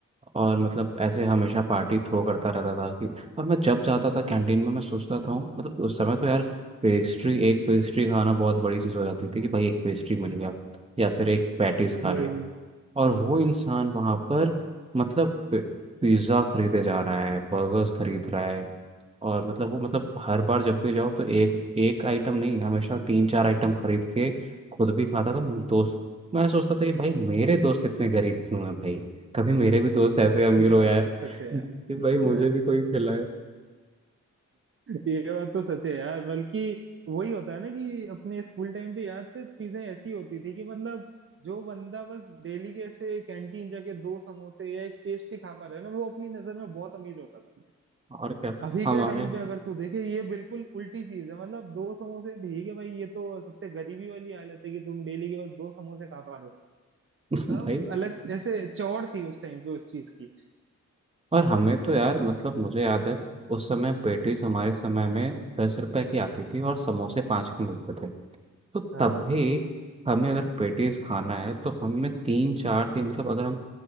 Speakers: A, on the right (about 20°); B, on the right (about 45°).
A: और मतलब ऐसे हमेशा पार्टी थ्रो करता रहता था कि और मैं जब जाता था कैंटीन में मैं सोचता था मतलब उस समय तो यार पेस्ट्री एक पेस्ट्री खाना बहुत बड़ी चीज़ हो जाती थी कि भाई एक पेस्ट्री मिल गया या फिर एक पैटीज खा
B: वही
A: लिया और वो इंसान वहां पर मतलब पिज्ज़ा खरीदे जा रहा है बर्गर्स खरीद रहा है और मतलब वो मतलब हर बार जब भी जाओ तो एक एक आइटम नहीं हमेशा तीन चार आइटम खरीद के खुद भी खाता था मेरे दोस्त मैं सोचता था कि भाई मेरे दोस्त इतने गरीब क्यों हैं भाई कभी मेरे भी दोस्त ऐसे अमीर
B: ये
A: हो
B: बात
A: यार <laughs>
B: तो सच है यार
A: कि भाई मुझे भी कोई खिलाए
B: ये बात तो सच है यार बल्कि वही होता है ना कि अपने स्कूल टाइम पे यार तो चीजें ऐसी होती थी कि मतलब जो बंदा बस डेली के ऐसे कैंटीन जाके दो समोसे या एक पेस्ट्री खा पा रहा है ना वो अपनी नजर में बहुत अमीर होता था
A: और क्या
B: अभी
A: हमारे
B: के टाइम पे अगर तू देखे ये बिल्कुल उल्टी चीज है मतलब दो समोसे ठीक है भाई ये तो सबसे गरीबी वाली हालत है कि तुम डेली के बस दो समोसे खा पा रहे हो
A: <laughs>
B: तब
A: भाई
B: अलग ऐसे चौड़ थी उस टाइम पे उस चीज की
A: और हमें तो यार मतलब मुझे याद है उस समय पेटीज हमारे समय में दस रुपए की आती थी और समोसे पाँच के मिलते थे तो
B: हाँ
A: तब भी हमें अगर पेटीज खाना है तो हमें तीन चार दिन मतलब अगर हम